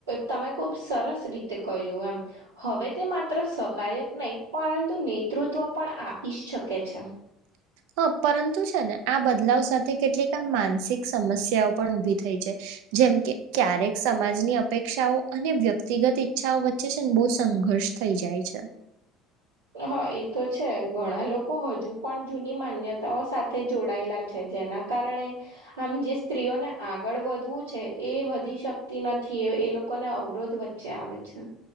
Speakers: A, on the right; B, on the right.
A: તમે ખુબ સરસ રીતે કહ્યું એમ હવે તે માત્ર સહાયક નય પરંતુ નેતૃત્વ પણ આપી શકે છે.
B: હ પરંતુ છે, ને આ બદલાવ સાથે કેટલીક આ માનસિક સમસ્યાઓ પણ ઉભી થઈ છે. જેમ કે ક્યારેક સમાજની અપેક્ષાઓ અને વ્યક્તિગત ઈચ્છાઓ વચ્ચે છે, ને બહુ સંઘર્ષ થઈ જાય છે.
A: હા એ તો છે, ઘણા લોકો હજુ પણ જૂની માન્યતાઓ સાથે જોડાયેલા છે, જેના કારણે આમ જે સ્ત્રીઓને આ ગળ વધવું છે, એ વધી શકતી નથી એ એ લોકોને અવરોધ વચ્ચે આવે છે.